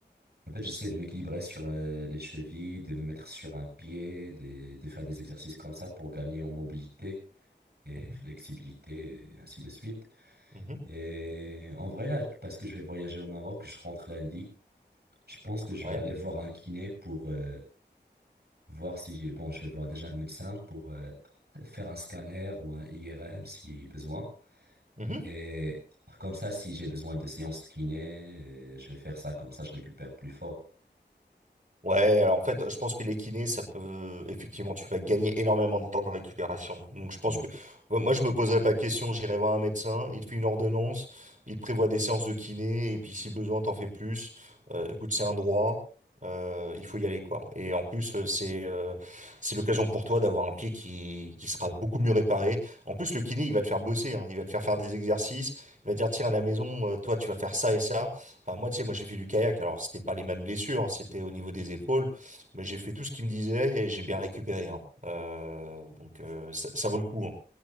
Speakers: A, on the right; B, on the right.
A: en fait, j'essaie de m'équilibrer sur euh, les chevilles, de me mettre sur un pied, de, de faire des exercices comme ça pour gagner en mobilité et
B: mhm,
A: flexibilité, et ainsi de suite.
B: mhm.
A: Et en vrai, là, parce que je vais voyager au Maroc, je rentre lundi. Je pense que je
B: Ouais.
A: vais aller voir un kiné pour euh, voir si j'ai... Bon, je vais voir déjà un médecin pour euh, faire un scanner ou un IRM si besoin.
B: Mhm.
A: Et comme ça, si j'ai besoin de séances de kiné, euh, je vais faire ça, comme ça je récupère plus fort.
B: Ouais, alors en fait, je pense que les kinés, ça peut, effectivement, tu vas gagner énormément de temps de récupération. Donc, je pense
A: Hmm.
B: que, moi, moi, je me poserai pas de questions, j'irai voir un médecin, il te fait une ordonnance, il te prévoit des séances de kiné, et puis si besoin, t'en fais plus. Euh, écoute, c'est un droit, euh, il faut y aller, quoi. Et en plus, euh, c'est, euh, c'est l'occasion pour toi d'avoir un pied qui, qui sera beaucoup mieux réparé. En plus, le kiné, il va te faire bosser, hein, il va te faire faire des exercices, il va te dire, tiens, à la maison, euh, toi, tu vas faire ça et ça. Enfin, moi, tu sais, moi, j'ai fait du kayak. Alors, c'était pas les mêmes blessures, c'était au niveau des épaules, mais j'ai fait tout ce qu'il me disait et j'ai bien récupéré. hein. Euh, donc, euh, ça, ça vaut le coup. hein.